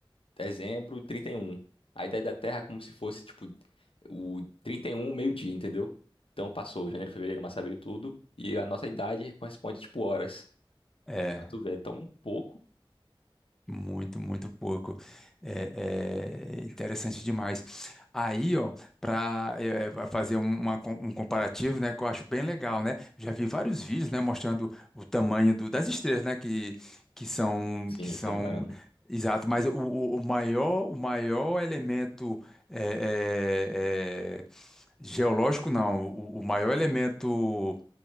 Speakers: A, on the left; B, in the centre.
A: dezembro e trinta e um A ideia da Terra é como se fosse, tipo, o 31 meio-dia, entendeu? Então passou janeiro, fevereiro, março, abril, tudo. E a nossa idade corresponde, tipo, horas.
B: É,
A: Pra tu ver, é tão pouco.
B: muito, muito pouco. É, é interessante demais. Aí, ó, para fazer um- uma com- um comparativo, né, que eu acho bem legal, né? Já vi vários vídeos, né, mostrando o tamanho do- das estrelas, né, que, que são,
A: Sim,
B: que são
A: comparando.
B: exato, mas o, o- o maior, o maior elemento é, é, é, geológico, não, o o maior elemento.